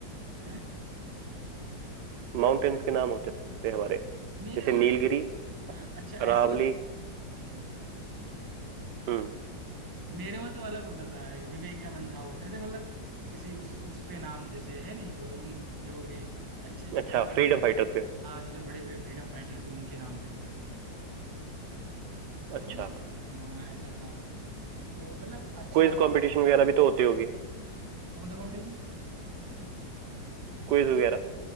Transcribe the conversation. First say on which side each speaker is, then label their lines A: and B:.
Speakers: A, on the right; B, on the right.
A: हैं
B: माउंटेन्स के नाम होते थे हमारे
A: मेरे
B: जैसे
A: वहाँ
B: नीलगिरी
A: तो हाँ अच्छा
B: अरावली
A: ऐसे होता- हम्म,
B: हम्म
A: मेरे वहाँ तो अलग होता था ये विवेकानंद हाउस ऐसे मतलब किसी उस उस पे नाम जैसे है नहीं उन जो भी अच्छे
B: अच्छा
A: जो
B: फ्रीडम फाइटर्स के
A: आज जो बड़े बड़े फ्रीडम फाइटर्स थे उनके नाम पे होते थे
B: अच्छा
A: तो मतलब हाँ ऐसा था तो मतलब अच्छा
B: क्विज
A: था
B: कंपटीशन वगैरह भी तो होती होगी
A: कौन सा कंपटीशन
B: क्विज वगैरह